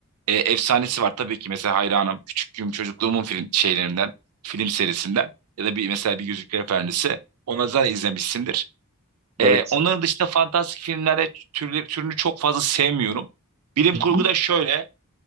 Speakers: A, on the right (about 80°); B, on the right (about 30°).
A: e, efsanesi var tabii ki mesela hayranım. Küçüklüğüm çocukluğumun film şeylerinden, film serisinden ya da bir mesela bir Yüzükler Efendisi. Onları zaten izlemişsindir. E,
B: Evet.
A: onların dışında fantastik filmlere türleri, türünü çok fazla sevmiyorum. Bilim
B: Hı
A: kurgu
B: hı.
A: da şöyle